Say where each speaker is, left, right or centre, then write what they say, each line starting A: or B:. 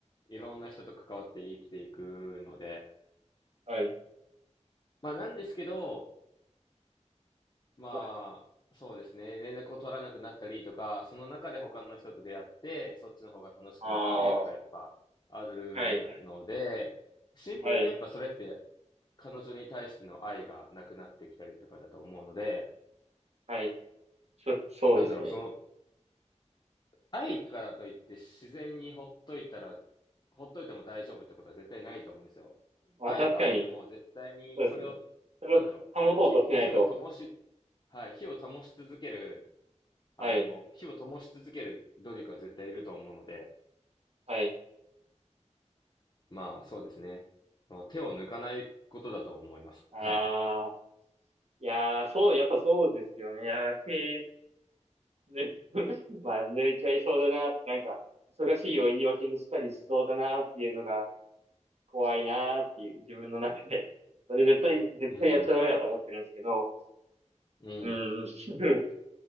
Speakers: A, on the left; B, on the right.
A: いろんな人と関わって生きていくので。
B: はい。
A: まあなんですけど、まあ、
B: はい。
A: そうですね。連絡を取らなくなったりとか、その中で他の人と出会って、そっちの方が楽しくなってとか、
B: ああ、
A: やっぱあるので、
B: はい。
A: シンプルにやっぱそれって、
B: はい。
A: 彼女に対しての愛がなくなってきたりとかだと思うので、
B: はい。そ、そうですね。
A: なんだろう、その、愛だからといって自然にほっといたら、ほっといても大丈夫ってことは絶対ないと思うんですよ。
B: まあ確かに、
A: 愛があっても絶対にそれを、
B: そうですね。それを保とうとしないと。
A: なんだろう、火、火を灯し、はい、火を灯し続ける
B: はい。
A: あの、火を灯し続ける努力は絶対いると思うので、
B: はい。
A: まあ、そうですね。もう手を抜かないことだと思います。はい。
B: ああ、いやー、そう、やっぱそうですよね。いやー、手、ね、<laughs> まあ、抜いちゃいそうだな、なんか、忙しいを言い訳にしたりしそうだなっていうのが怖いなーっていう、自分の中で。それ絶対、絶対やっちゃダメだと思ってるんですけど、
A: うん。うん。
B: うん、<laughs>